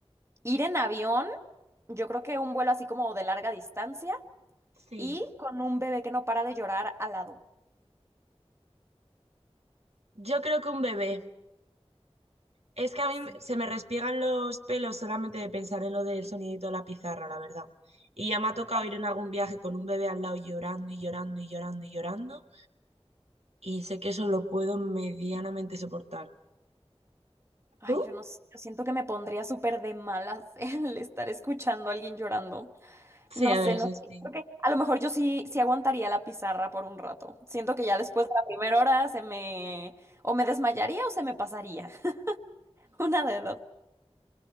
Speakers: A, on the right; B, on the right.
A: ir en avión? Yo creo que un vuelo así como de larga distancia
B: sí.
A: y con un bebé que no para de llorar al lado.
B: Yo creo que un bebé. Es que a mí
A: Sí.
B: me- se me respiegan los pelos solamente de pensar en lo del sonidito de la pizarra, la verdad. Y ya me ha tocado
A: Ay,
B: ir en algún viaje con un bebé al lado llorando y llorando y llorando y llorando. Y sé que eso lo puedo medianamente soportar.
A: ay,
B: ¿Tú?
A: yo no sé, yo siento que me pondría súper de malas <laughs> el estar escuchando a alguien llorando.
B: Sí,
A: No
B: a
A: sé,
B: ver, eso
A: no sé.
B: sí.
A: Creo que a lo mejor yo sí, sí aguantaría la pizarra por un rato. Siento que ya después de la primera hora se me... o me desmayaría o se me pasaría. <laughs> Una de dos.